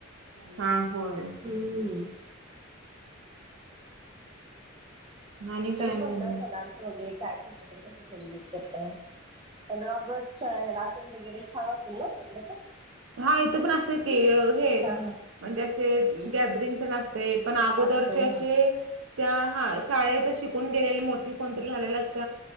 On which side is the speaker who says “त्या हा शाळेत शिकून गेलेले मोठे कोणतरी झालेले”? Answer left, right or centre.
Right